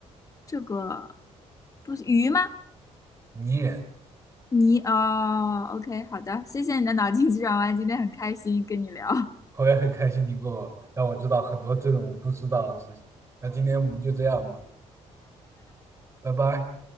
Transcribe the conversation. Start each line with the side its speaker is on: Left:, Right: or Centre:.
Left: 这个不是鱼吗？
Right: 泥人。
Left: 你哦，OK，好的，谢谢你的脑筋急转弯，今天很开心跟你聊。
Right: 我也很开心你给我让我知道很多这种我不知道的事情。那今天我们就这样吧，拜拜。